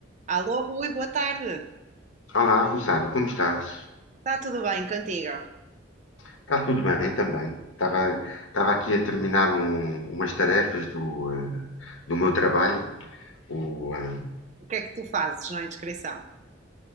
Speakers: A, on the right (about 35°); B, on the left (about 75°).
A: Alô, Rui, boa tarde.
B: Olá, Rosário, como estás?
A: Está tudo bem contigo?
B: Está tudo bem também. Estava, estava aqui a terminar um- umas tarefas do, eh, do meu trabalho. O, eh,
A: O que é que tu fazes na inscrição?